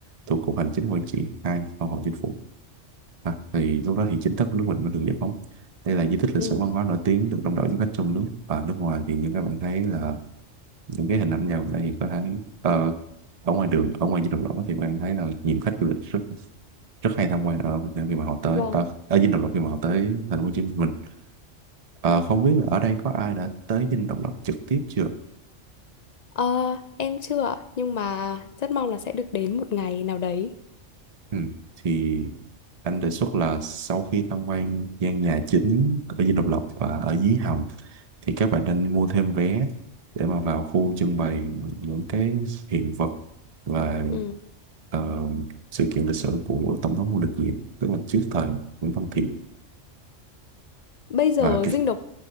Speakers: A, on the right; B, on the left.
A: thuộc Cục Hành chính Quản trị 2 Văn phòng Chính phủ à, thì lúc đó thì chính thức nước mình mới được giải phóng đây là di tích lịch
B: Ừ,
A: sử văn hóa nổi tiếng được đông đảo du khách trong nước và nước ngoài thì như các bạn thấy là những cái hình ảnh vào đây thì có thấy ờ, ở ngoài đường ở ngoài Dinh Độc Lập đó thì các bạn thấy là nhiều khách du lịch rất rất hay tham quan ở Việt Nam khi mà họ tới
B: vâng.
A: ở, ở Dinh Độc Lập khi mà họ tới thành phố Hồ Chí Minh Ờ, không biết là ở đây có ai đã tới Dinh Độc Lập trực tiếp chưa
B: Ờ, em chưa, ạ, nhưng mà rất mong là sẽ được đến một ngày nào đấy.
A: ừ. thì anh đề xuất là sau khi tham quan gian nhà chính ở Dinh Độc Lập và ở dưới hầm thì các bạn nên mua thêm vé để mà vào khu trưng bày những cái hiện vật và
B: Ừ.
A: ờ, sự kiện lịch sử của Tổng thống Ngô Đình Diệm tức là trước thời Nguyễn Văn Thiệu
B: Bây giờ
A: và cái
B: Dinh Độc